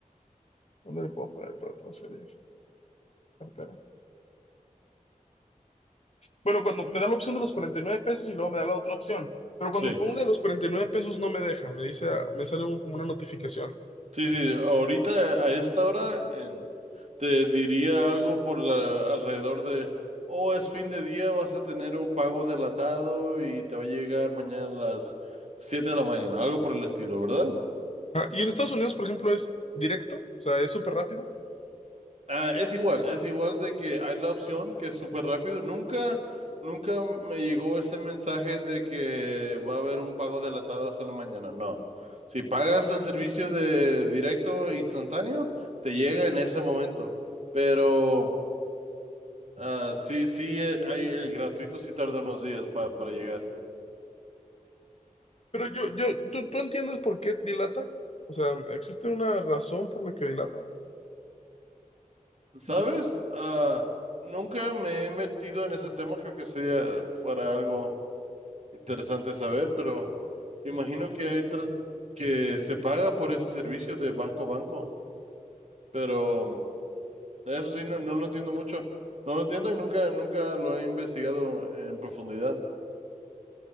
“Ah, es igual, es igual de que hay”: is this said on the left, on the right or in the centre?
Right